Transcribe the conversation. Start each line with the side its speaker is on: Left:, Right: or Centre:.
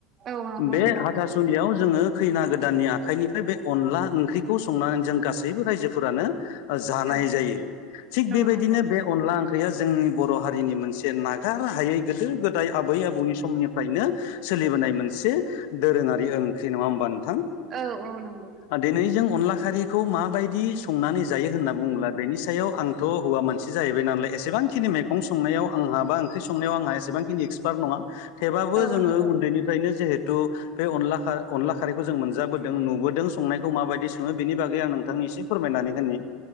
Right: औ नंगौ
Left: बे
Right: नोंथां
Left: हाथासुनियाव जोङो खैना गोदाननि आखाइनिफ्राय बे अनला ओंख्रिखौ संनानै जों गासैबो रायजोफोरानो जानाय
Right: औ
Left: जायो थिग बेबायदिनो
Right: औ नंगौ
Left: बे अनला गैया जोंनि बर' हारिनि मोनसे नागार हायै गोदो गोदाय आबै आबौनि समनि फ्रायनो सोलिबोनाय मोनसे दोरोङारि ओंख्रि नङा होमबा। नोंथां
Right: औ औ नंगौ।
Left: दिनै जों अनला खारिखौ माबायदि संनानै जायो होनना बुङोब्ला बेनि सायाव आंथ' हौवा मानसि जाहैबाय नालाय। एसेबांखिनि मैगं संनायाव आंहा बा ओंख्रि संनायाव आंहा एसेबांखिनि एक्सपार्ट नङा। थेबाबो
Right: औ
Left: जोङो
Right: नंगौ
Left: उन्दैनिफ्रायनो जोहेत थु बे अनला खा खारिखौ जों मोनजाबोदों नुबोदों संनायखौ माबायदि सङो बेनि बागै आं नोंथांनि एसे फोरमायनानै होननि